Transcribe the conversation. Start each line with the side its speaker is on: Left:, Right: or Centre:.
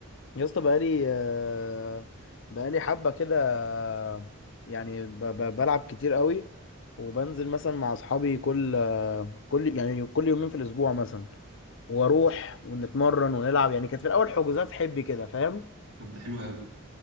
Left: يا اسطى بقالي آه، بقالي حبه كده آه، يعني ب- ب- بلعب كتير قوي وبنزل مثلا مع اصحابي كل كل يعني كل يومين في الاسبوع مثلا واروح ونتمرن ونلعب يعني كانت في الاول حجوزات حب كده فاهم
Right: طب ده حلو قوي